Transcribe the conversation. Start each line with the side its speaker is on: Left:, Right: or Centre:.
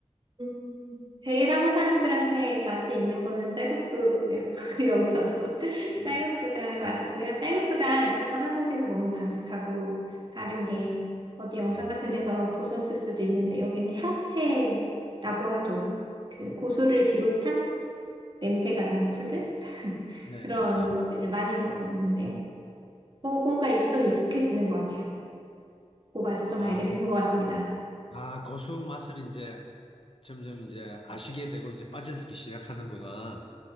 Right: 음, 제일 한국 사람들한테 맛이 있는 거는 쌀국수고요. <laughs> 여기서도 <laughs>
Left: 음,
Right: 쌀국수가 맛있고요. 쌀국수가 조금 한국에서 먹는 방식하고 다른 게 어디 영상
Left: 네.
Right: 같은 데서 보셨을 수도 있는데 여기는 향채라고 하죠. 그 고수를 비롯한 냄새가 나는 풀들 <laughs>
Left: 네,
Right: 그런
Left: 네.
Right: 것들을 많이 넣어서 먹는데요. 그거가 이제 좀 익숙해지는 것 같아요. 그 맛을 좀
Left: 아,
Right: 알게 되는 것 같습니다.
Left: 아, 고수 맛을 이제 점점 이제 아시게 되고 이제 빠져들기 시작하는구나.